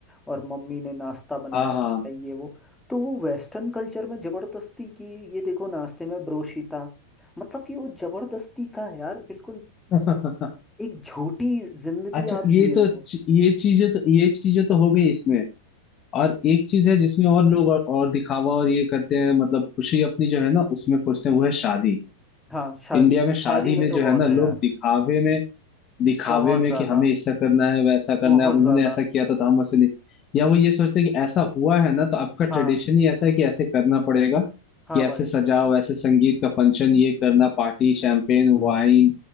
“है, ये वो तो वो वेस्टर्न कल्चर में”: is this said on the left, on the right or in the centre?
Centre